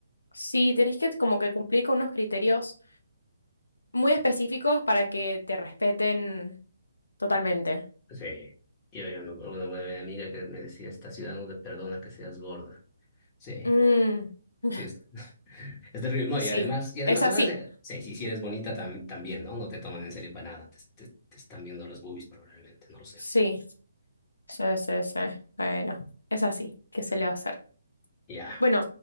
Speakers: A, on the left; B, on the left.
A: Sí, tenés que como que cumplir con unos criterios muy específicos para que te respeten totalmente.
B: Sí, yo, yo me acuerdo de una buena amiga que me decía, esta ciudad no te perdona que seas gorda. Sí.
A: Mm, <laughs>
B: Sí, es, <laughs> es terrible. No,
A: Sí,
B: y además, y además,
A: es así.
B: o sea, sí, sí, si si eres bonita tam- también, ¿no? No te toman en serio para nada. Te, te- te están viendo los boobies probablemente, no lo sé.
A: Sí, sí, sí, sí. Bueno, es así. ¿Qué se le va a hacer?
B: Ya.
A: Bueno,